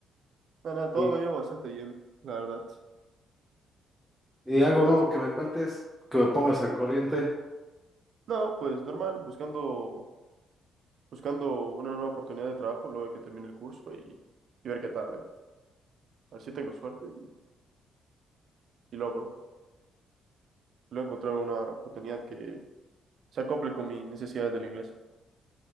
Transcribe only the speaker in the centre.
Y,
y algo
nuevo que me cuentes, que me pongas al corriente.